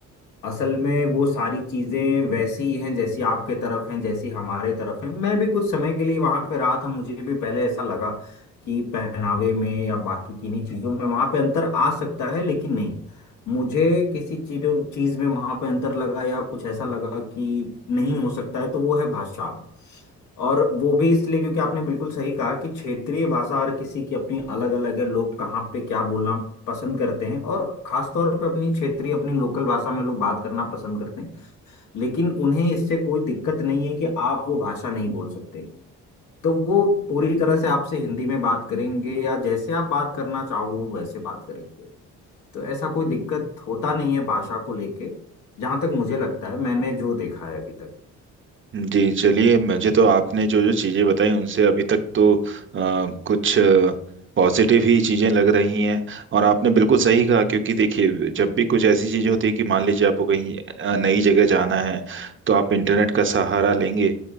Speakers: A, on the left; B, on the right.
A: असल में वो सारी चीजें वैसी ही हैं जैसी आपके तरफ हैं जैसी हमारे तरफ हैं मैं भी कुछ समय के लिए वहां पे रहा था मुझे भी पहले ऐसा लगा कि पहनावे में या बाकी किन्हीं चीजों में वहां पे अंतर आ सकता है लेकिन नहीं मुझे किसी चीज चीज में वहां पे अंतर लगा या कुछ ऐसा लगा कि नहीं हो सकता है तो वो है भाषा और वो भी इसलिए क्योंकि आपने बिल्कुल सही कहा कि क्षेत्रीय भाषा हर किसी की अपनी अलग अलग है लोग कहाँ पे क्या बोलना पसंद करते हैं और खास तौर पे अपनी क्षेत्रीय अपनी लोकल भाषा में लोग बात करना पसंद करते हैं लेकिन उन्हें इससे कोई दिक्कत नहीं है कि आप वो भाषा नहीं बोल सकते तो वो पूरी तरह से आपसे हिंदी में बात करेंगे या जैसे आप बात करना चाहो वो वैसे बात करेंगे तो ऐसा कोई दिक्कत होता नहीं है भाषा को लेके जहां तक मुझे लगता है मैंने जो देखा है अभी तक
B: जी चलिए मुझे तो आपने जो जो चीज़ें बताई उनसे अभी तक तो अ, कुछ पॉजिटिव ही चीज़ें लग रही हैं और आपने बिल्कुल सही कहा क्योंकि देखिए जब भी कुछ ऐसी चीज़ें होती है कि मान लीजिए आपको कहीं अ, नई जगह जाना है तो आप इंटरनेट का सहारा लेंगे